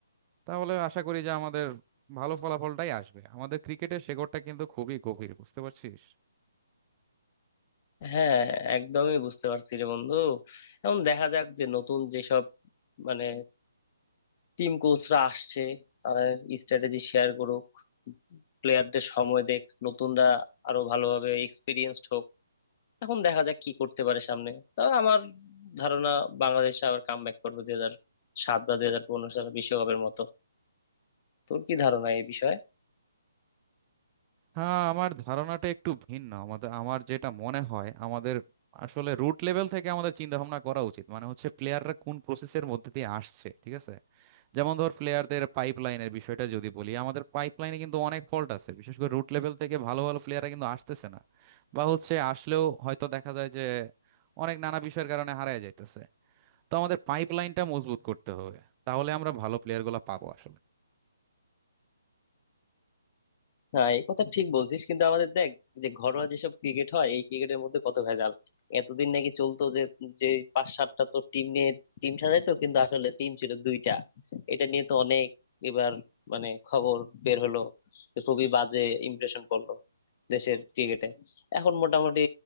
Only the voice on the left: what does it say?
হ্যাঁ একদমই বুঝতে পারছি রে বন্ধু এখন দেখা যাক যে নতুন যেসব মানে টিম কোচরা আসছে তারা স্ট্র্যাটেজি শেয়ার করুক প্লেয়ারদের সময় দেখ নতুনরা আরো ভালোভাবে এক্সপিরিয়েন্সড হোক এখন দেখা যাক কি করতে পারে সামনে তবে আমার ধারণা বাংলাদেশ আবার কামব্যাক করবে দুই হাজার সাত বা দুই হাজার পনেরো সালে বিশ্বকাপের মতো তোর কি ধারণা এই বিষয়ে
হ্যাঁ এই কথা ঠিক বলছিস কিন্তু আমাদের দেখ যে ঘরোয়া যেসব ক্রিকেট হয় এই ক্রিকেটের মধ্যে কত ভেজাল এতদিন নাকি চলতো যে যে পাঁচ সাতটা তো টিম নিয়ে টিম সাজাইতো কিন্তু আসলে টিম ছিল দুইটা এটা নিয়ে তো অনেক এবার মানে খবর বের হলো যে খুবই বাজে ইমপ্রেশন পড়লো দেশের ক্রিকেটে এখন মোটামুটি